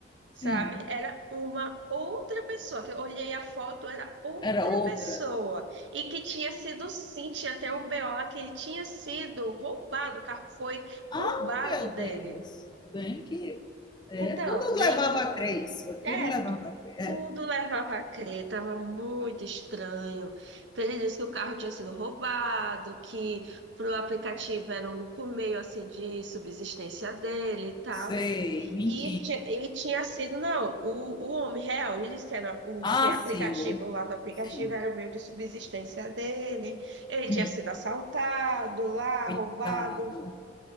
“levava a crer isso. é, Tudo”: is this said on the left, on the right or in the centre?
Left